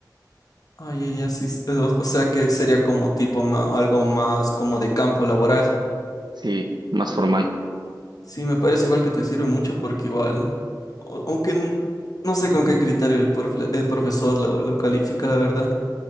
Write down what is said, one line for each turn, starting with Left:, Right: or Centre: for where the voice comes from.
Left: Ay, ay, ay, sí, sí, o, o sea que sería como tipo ma- algo más como de campo laboral.
Right: Sí, más formal.
Left: Sí, me parece igual que te sirve mucho porque igual, o- aunque n- no sé con qué criterio el porfle- eh, profesor lo, lo califica, la verdad,